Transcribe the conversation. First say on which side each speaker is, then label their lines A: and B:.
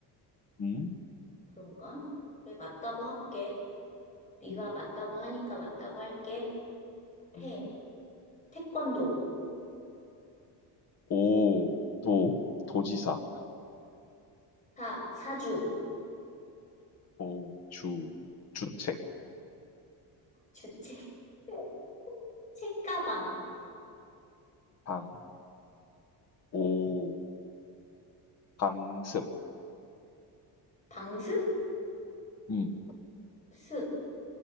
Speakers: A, on the left; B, on the left.
A: 음.
B: 그런가? 그래, 맞다고 할게. 네가
A: 음.
B: 맞다고 하니까 맞다고 할게. 태,
A: 음.
B: 태권도,
A: 오, 도, 도지사.
B: 사, 사주,
A: 오, 주, 주책.
B: 주책, <laughs> 책가방,
A: 방, 오, 강습.
B: 방습,
A: 음.
B: 습,